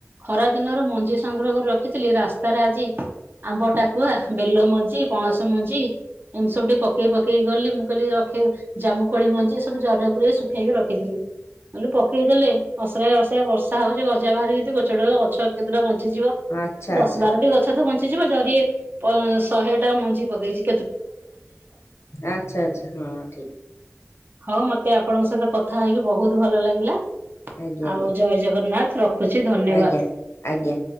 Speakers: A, on the right; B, on the left.
A: ଖରା ଦିନର ମଞ୍ଜି ସଂଗ୍ରହ କରି ରଖିଥିଲି ରାସ୍ତାରେ ଆଜି ଆମ୍ବ ଟାକୁଆ ବେଲ ମଞ୍ଜି ପଣସ ମଞ୍ଜି ଏମିତି ସବୁ ଟିକେ ପକେଇ ପକେଇକ ଗଲି ମୁଁ କହିଲି ରଖି ଜାମୁକୋଳି ମଞ୍ଜି ଏ ସବୁ ଜରିରେ ପୁରେଇ ଶୁଖେଇକି ରଖିଥିଲି କହିଲି ପକେଇ ଦେଲେ ଅସରାଏ ଅସ ସେ ବର୍ଷା ହଉଛି ଗଜା ବାହାରି କି ଗଛ ଗଡ ଗଛ କେତୋଟା ବଞ୍ଚିଯିବ
B: ଆଚ୍ଛା
A: ଦଶ
B: ଆଚ୍ଛା
A: ବାରଟି ଗଛ ତ ବ ବଞ୍ଚି ଜୀବ ଜରି ଶହେ ଟା ମଞ୍ଜି ପକେଇଚି।
B: ଆଚ୍ଛା ଆଚ୍ଛା ହଁ ଠିକ।
A: ହଉ ମତେ ଆପଣଙ୍କ ସହିତ କଥା ହେଇକି ବହୁତ ଭଲ ଲାଗିଲା।
B: ଆଜ୍ଞ ଆଜ୍ଞା।
A: ଆଉ ଜୟ ଜଗନ୍ନାଥ ରଖୁଛି ଧନ୍ୟବାଦ।
B: ଆଜ୍ଞା ଆଜ୍ଞା।